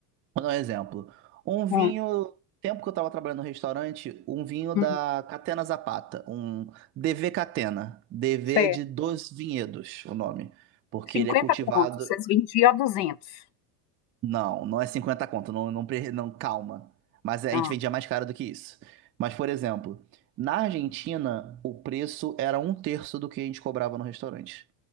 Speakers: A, on the right (about 30°); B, on the left (about 60°).
A: vou dar um exemplo. Um vinho,
B: Hum,
A: tempo que eu estava trabalhando no restaurante, um vinho
B: hum,
A: da Catena Zapata, um DV Catena. DV
B: certo.
A: é de Dos Vinhedos, o nome, porque
B: 50
A: ele é cultivado
B: contos, vocês vendiam a 200.
A: Não, não é 50 conto, não, não, pre- não, calma. Mas a
B: Ah,
A: gente vendia mais caro do que isso. Mas, por exemplo, na Argentina, o preço era um terço do que a gente cobrava no restaurante.